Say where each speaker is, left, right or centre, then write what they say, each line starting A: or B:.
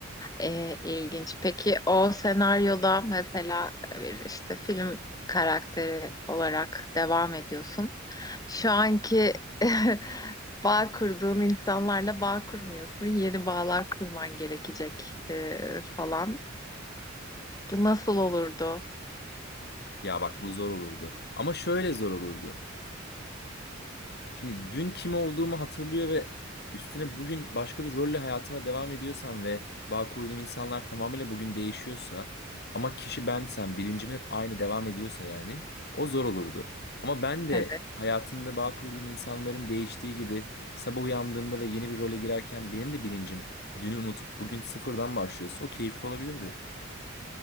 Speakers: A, on the left; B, on the left.
A: Ee, ilginç. Peki o senaryoda mesela bir işte film karakteri olarak devam ediyorsun. Şu anki <laughs> bağ kurduğun insanlarla bağ kurmuyorsun. Yeni bağlar kurman gerekecek ee, falan. Bu nasıl olurdu?
B: Ya bak bu zor olurdu. Ama şöyle zor olurdu. Şimdi dün kim olduğumu hatırlıyor ve üstüne bugün başka bir rolle hayatıma devam ediyorsam ve bağ kurduğum insanlar tamamıyla bugün değişiyorsa ama kişi bensem, bilincim hep aynı devam ediyorsa yani o zor olurdu. Ama ben de
A: Evet.
B: hayatımda bağ kurduğum insanların değiştiği gibi sabah uyandığımda ve yeni bir role girerken benim de bilincim dünü unutup bugün sıfırdan başlıyorsa o keyifli olabilirdi.